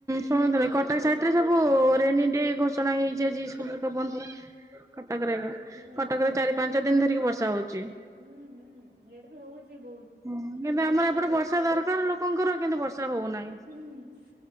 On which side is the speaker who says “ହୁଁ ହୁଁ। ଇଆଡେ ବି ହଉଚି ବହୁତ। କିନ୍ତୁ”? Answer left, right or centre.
Right